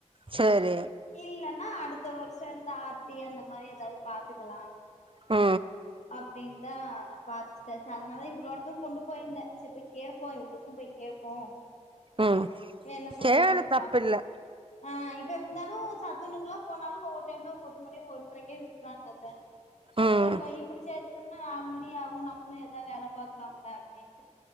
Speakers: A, on the right; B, on the left.
A: சேரி
B: இல்லன்னா அடுத்த வர்ஷொ இந்த ஆர்த்தி அந்த மாரி ஏதாவ்து பாத்துக்கலா
A: ஆ
B: அப்டின்தா பாத்தாச்சி அதனால இவளோடது கொண்டு போயிருந்தே செரி போய் கேப்போ இவளுக்கு போய் கேப் போ
A: ம்
B: என்ன சொல்றாங்கன்
A: சேரி தப்பில்ல
B: பாப்போ ஆ இப் ப எப்டிந்தாலு சத்துணக்குலா போனாலு ஒவ்வொரு டைம்ல ஒரு மாரியு வரு றக்கே விட்றாங்க அத்த
A: ம்
B: ச அப்போ இப்புடி சேத்திட்டோம்னா நாலு மணியாவு நா நம்ம ஏதா வேல பாக்கலாம்ல்லா அப்டின்